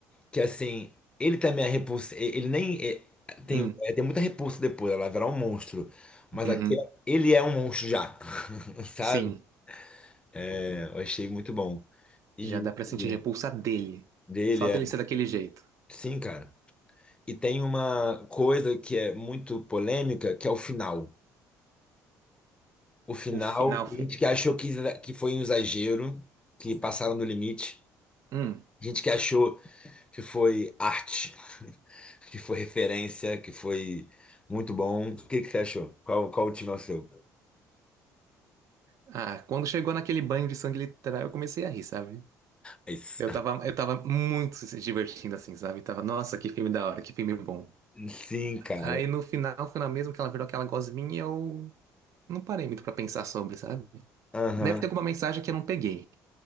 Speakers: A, on the left; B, on the right.
A: que assim, ele também é repulsa, e- ele nem é, tem,
B: Hum,
A: é, tem muita repulsa depois, ela virar um monstro. Mas
B: uhum.
A: aqui ele é um monstro já, <laughs> sabe?
B: Sim,
A: É, eu achei muito bom. E,
B: já dá pra
A: e
B: sentir repulsa dele.
A: dele
B: Só
A: é,
B: dele ser daquele jeito.
A: sim, cara. E tem uma coisa que é muito polêmica, que é o final. O final,
B: O final,
A: tem
B: filho.
A: gente que achou que, que foi um exagero, que passaram do limite.
B: Hum.
A: Gente que achou que foi arte, <laughs> que foi referência, que foi muito bom. O que que você achou? Qual, qual o time é o seu?
B: Ah, quando chegou naquele banho de sangue literal, eu comecei a rir, sabe?
A: É isso.
B: Eu tava, eu tava muito se divertindo assim, sabe? Tava, nossa, que filme da hora, que filme bom.
A: Sim, cara.
B: Aí no final, final mesmo que ela virou aquela gosminha, eu não parei muito pra pensar sobre, sabe?
A: Aham.
B: Deve ter alguma mensagem que eu não peguei.